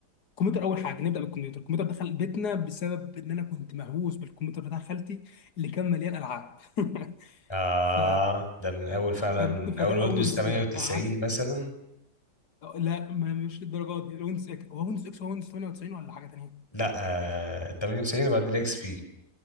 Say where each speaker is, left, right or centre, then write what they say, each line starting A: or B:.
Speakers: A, on the left; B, on the left.
A: الكمبيوتر اول حاجه نبدا بالكمبيوتر الكمبيوتر دخل بيتنا بسبب ان انا كنت مهووس بالكمبيوتر بتاع خالتي اللي كان مليان العاب <laughs>
B: آه
A: ف...
B: ده من أول فعلا
A: ف-
B: من أول
A: فده
B: ويندوز
A: اول
B: 98
A: ستيب قعدت
B: مثلا
A: لا ما مش للدرجه دي ويندوز اكس هو ويندوز اكس هو ويندوز 98 ولا حاجه تانيه
B: لا آه 98 وبعد الإكس بي